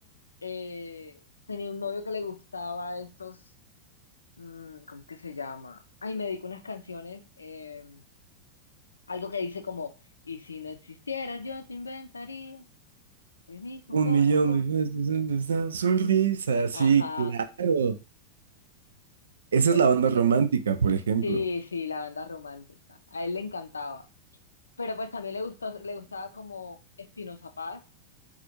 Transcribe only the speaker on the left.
eh, tenía un novio que le gustaba estos, mm, ¿cómo es que se llama? Ay, me dedicó unas canciones, eh, algo que dice como, y si no existieras yo te inventaría el mismo
corazón.
Ajá,
bueno,
bueno.
sí, sí, la banda romántica. A él le encantaba, pero pues también le gustó, le gustaba como Espinoza Paz,